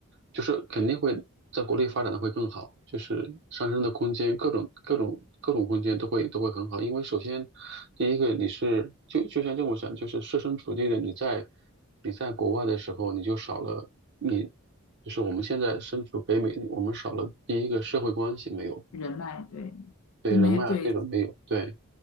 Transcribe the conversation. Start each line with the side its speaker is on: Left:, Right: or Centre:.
Right: 就是肯定会在国内发展的会更好，就是上升的空间，各种各种各种空间都会都会很好。因为首先第一个你是就就像这么想，就是设身处地的你在你在国外的时候，你就少了你就是我们现在身处北美，我们少了第一个社会关系没有，
Left: 人脉，对，
Right: 对人脉啊这种没有，
Left: 就没有对
Right: 对。